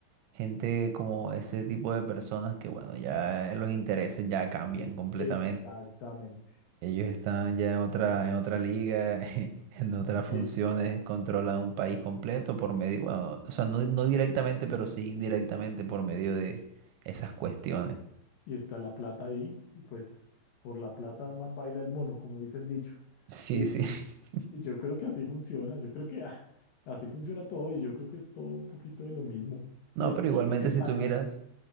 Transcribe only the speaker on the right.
gente como ese tipo de personas que, bueno, ya los intereses ya cambian completamente.
Ellos están ya en otra, en otra liga, <laughs> en otras funciones,
controlan un país completo por medio, bueno, o sea, no, no directamente, pero sí indirectamente por medio de esas cuestiones.
Sí,
sí. <laughs>
No,
pero igualmente
si
tú miras.